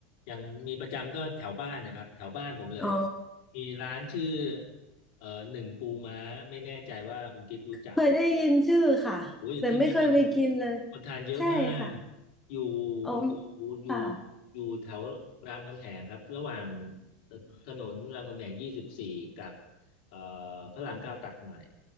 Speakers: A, on the left (about 55°); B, in the centre.
A: ยังมีประจำก็แถวบ้านนะครับแถวบ้านผมเลย
B: อ๋อ
A: มีร้านชื่อเอ่อหนึ่งปูม้าไม่แน่ใจว่าคุณกิ๊ฟรู้จักไหม
B: เคยได้ยินชื่อค่ะแต่ไม่เคยไปกินเลย
A: โอ้ยที่นี่คนคนทานเยอะมาก
B: ใช่ค่ะ
A: อยู่
B: อ๋อ
A: อยู่อยู่
B: ค่ะ
A: อยู่แถวรามคำแหงครับระหว่างถนนรามคำแหงยี่สิบสี่กับเอ่อพระรามเก้าตัดใหม่